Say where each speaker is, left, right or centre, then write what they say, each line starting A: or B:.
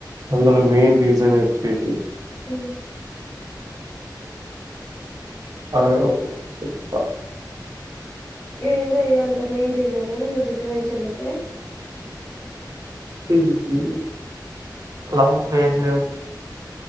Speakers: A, on the right; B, in the centre.
A: అందులో main reason H P P
B: హ్మ్
A: అరవకు పుప్ప
B: ఏందయ్య అంత మెయిన్ రీజను నువ్ జుట్టు పెంచనీకి
A: హు హు లవ్ ఫెజవ్